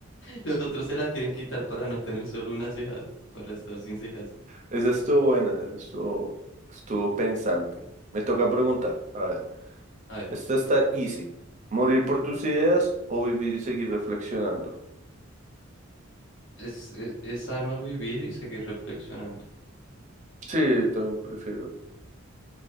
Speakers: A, on the left (about 65°); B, on the right (about 35°).
A: los otros se la quieren quitar para no tener solo una ceja, para estar sin cejas.
B: Esa estuvo buena, esa estuvo, estuvo pensante. Me toca preguntar, a ver,
A: A ver,
B: esta está easy. ¿Morir por tus ideas o vivir y seguir reflexionando?
A: es, es es sano vivir y seguir reflexionando.
B: Sí, también prefiero.